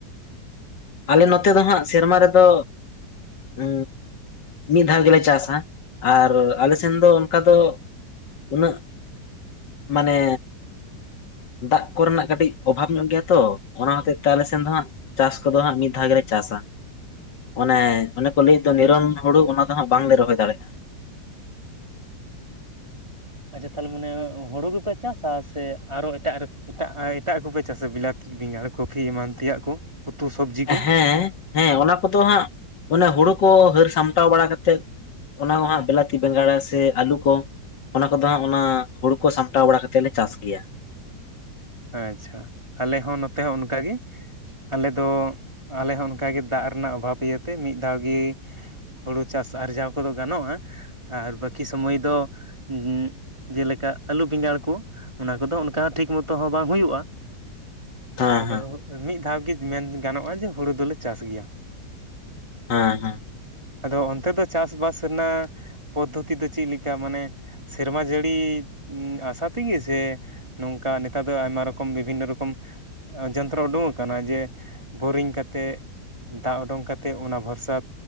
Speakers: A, on the left; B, on the right.
A: ᱟᱞᱮ ᱱᱚᱛᱮ ᱫᱚ ᱦᱟᱸᱜ ᱥᱮᱨᱢᱟ ᱨᱮᱫᱚ ᱩᱼᱼ ᱢᱤᱫ ᱫᱷᱟᱣ ᱜᱮᱞᱮ ᱪᱟᱥᱟ ᱟᱨ ᱟᱞᱮᱥᱱ ᱫᱚ ᱚᱱᱠᱟ ᱫᱚᱼᱼ ᱩᱱᱟᱹᱜ ᱢᱟᱱᱮᱼᱼ ᱫᱟᱜᱽ ᱠᱚᱨᱮᱱᱟᱜ ᱠᱟᱹᱴᱤᱡ ᱚᱵᱷᱟᱵᱽ ᱧᱚᱜ ᱜᱮᱭᱟ ᱛᱚ ᱚᱱᱟ ᱦᱚᱛᱮᱡ ᱛᱮ ᱟᱞᱮᱥᱱ ᱫᱚ ᱦᱟᱸᱜᱼᱼ ᱪᱟᱥ ᱠᱚᱫᱚ ᱦᱟᱸᱜ ᱢᱤᱫ ᱫᱷᱟᱣ ᱜᱮᱞᱮ ᱪᱟᱥᱟ᱾ ᱚᱱᱮ ᱚᱱᱮ ᱠᱚ ᱞᱟᱹᱭ ᱫᱚ ᱱᱤᱨᱚᱱ ᱦᱩᱲᱩ ᱚᱱᱟ ᱫᱚ ᱦᱟᱸᱜ ᱵᱟᱝᱞᱮ ᱨᱚᱦᱚᱭ ᱫᱟᱲᱮᱭᱟᱜᱼᱟ᱾
B: ᱟᱪᱪᱷᱟ ᱛᱟᱦᱚᱞᱮ ᱢᱟᱱᱮ ᱦᱳᱲᱳ ᱜᱮᱯᱮᱼᱼ ᱪᱟᱥᱟ ᱥᱮ ᱟᱨᱦᱚᱸ ᱮᱴᱟᱜ ᱮᱴᱟᱜ ᱮᱴᱟᱜ ᱠᱚᱯᱮ ᱪᱟᱥᱟ ᱵᱤᱞᱟᱛᱤ ᱵᱮᱸᱜᱟᱲ ᱠᱚᱯᱤ ᱮᱢᱟᱱ ᱛᱮᱭᱟᱜ ᱠᱚᱼᱼ ᱩᱛᱩ ᱥᱚᱵᱽᱡᱤ᱾ ᱠᱚ
A: ᱦᱮᱸ ᱦᱮᱸ ᱚᱱᱟ ᱠᱚᱫᱚ ᱦᱟᱸᱜ ᱚᱱᱮ ᱦᱳᱲᱳ ᱠᱚ ᱦᱟᱹᱨ ᱥᱟᱢᱴᱟᱣ ᱵᱟᱲᱟ ᱠᱟᱛᱮᱫ, ᱚᱱᱟ ᱠᱚ ᱦᱟᱸᱜ ᱵᱤᱞᱟᱛᱤ ᱵᱮᱸᱜᱟᱲ ᱥᱮ ᱟᱞᱩ ᱠᱚ᱾ ᱚᱱᱟ ᱠᱚᱫᱚ ᱦᱟᱸᱜ ᱚᱱᱟ ᱦᱩᱲᱩ ᱠᱚ ᱥᱟᱢᱴᱟᱣ ᱵᱟᱲᱟ ᱠᱟᱛᱮ ᱞᱮ ᱪᱟᱥ ᱜᱮᱭᱟ᱾
B: ᱟᱪᱪᱷᱟ ᱟᱞᱮ ᱦᱚᱸ ᱱᱚᱛᱮ ᱦᱚᱸ ᱚᱱᱠᱟᱜᱮ᱾ ᱟᱞᱮ ᱫᱚ, ᱟᱞᱮ ᱦᱚᱸ ᱚᱱᱠᱟᱜᱮ ᱫᱟᱜᱽ ᱨᱮᱱᱟᱜ ᱚᱵᱷᱟᱵᱽ ᱤᱭᱟᱹ ᱛᱮ ᱢᱤᱫ ᱫᱷᱟᱣ ᱜᱤ ᱦᱩᱲᱩ ᱪᱟᱥ ᱟᱨᱡᱟᱣ ᱠᱚᱫᱚ ᱜᱟᱱᱚᱜᱼᱟ ᱟᱨ ᱵᱟᱹᱠᱤ ᱥᱚᱢᱚᱭ ᱫᱚ ᱩ ᱡᱮᱞᱮᱠᱟ ᱟᱹᱞᱩ ᱵᱮᱸᱜᱟᱲ ᱠᱚ, ᱚᱱᱟ ᱠᱚᱫᱚ ᱚᱱᱠᱟ ᱦᱚᱸ ᱴᱷᱤᱠ ᱢᱚ ᱛᱚ ᱦᱚᱸ ᱵᱟᱝ ᱦᱩᱭᱩᱜᱼᱟ,
A: ᱦᱮᱸ
B: ᱛᱚᱵᱮ
A: ᱦᱮᱸ
B: ᱢᱤᱫ ᱫᱷᱟᱣ ᱜᱮ ᱢᱮᱱ ᱜᱟᱱᱚᱜᱼᱟ ᱡᱮ ᱦᱩᱲᱩ ᱫᱚᱞᱮ ᱪᱟᱥ ᱜᱮᱭᱟ᱾
A: ᱦᱮᱸ ᱦᱮᱸ᱾
B: ᱟᱫᱚ ᱚᱱᱛᱮ ᱫᱚ ᱪᱟᱥᱵᱟᱥ ᱨᱮᱱᱟᱜ ᱯᱚᱫᱽᱫᱷᱚᱛᱤ ᱫᱚ ᱪᱮᱫ ᱞᱮᱠᱟ ᱢᱟᱱᱮ ᱥᱮᱨᱢᱟ ᱡᱟᱹᱲᱤ ᱟᱥᱟ ᱛᱮᱜᱮ ᱥᱮ ᱱᱚᱝᱠᱟ ᱱᱤ ᱛᱟᱨ ᱫᱚ ᱟᱭᱢᱟ ᱨᱚᱠᱚᱢ ᱵᱤᱵᱷᱤᱱᱱᱚ ᱨᱚᱠᱚᱢ ᱡᱚᱱᱛᱨᱚ ᱩᱰᱩᱠ ᱟᱠᱟᱱᱟ ᱡᱮ ᱵᱳᱨᱤᱝ ᱠᱟᱛᱮᱜ ᱫᱟᱜᱽ ᱩᱰᱩᱝ ᱠᱟᱛᱮᱫ ᱚᱱᱟ ᱵᱷᱚᱨᱥᱟᱛ,